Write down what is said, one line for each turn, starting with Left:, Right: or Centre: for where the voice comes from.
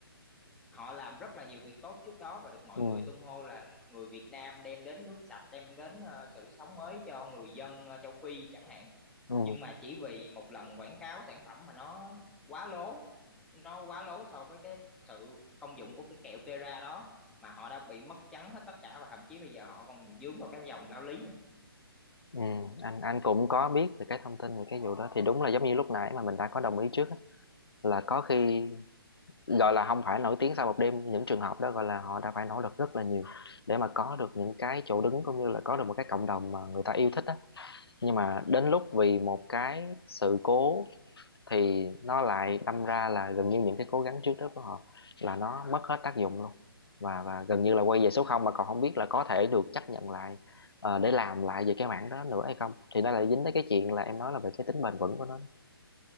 Centre: họ làm rất là nhiều việc tốt trước đó và được mọi
Left: ừ
Centre: người tung hô là người Việt Nam đem đến nước sạch đem đến ờ, sự sống mới cho người dân ờ, châu Phi chẳng hạn
Left: ừ
Centre: nhưng mà chỉ vì một lần quảng cáo sản phẩm mà nó quá lố nó quá lố so với cái thật sự công dụng của cái kẹo Kera đó mà họ đã bị mất trắng hết tất cả và thậm chí bây giờ họ còn vướng vào cái dòng lao lý nữa
Left: ừ. anh anh cũng có biết về cái thông tin về cái vụ đó thì đúng là giống như lúc nãy mà mình đã có đồng ý trước á, là có khi gọi là không phải nổi tiếng sau một đêm những trường hợp đó gọi là họ đã phải nỗ lực rất là nhiều để mà có được những cái chỗ đứng cũng như là có được một cái cộng đồng mà người ta yêu thích á nhưng mà đến lúc vì một cái sự cố thì nó lại đâm ra là gần như những cái cố gắng trước đó của họ là nó mất hết tác dụng luôn và và gần như là quay về số không mà còn không biết là có thể được chấp nhận lại ờ, để làm lại về cái mảng đó nữa hay không thì nó lại dính tới cái chuyện là em nói là về cái tính bền vững của nó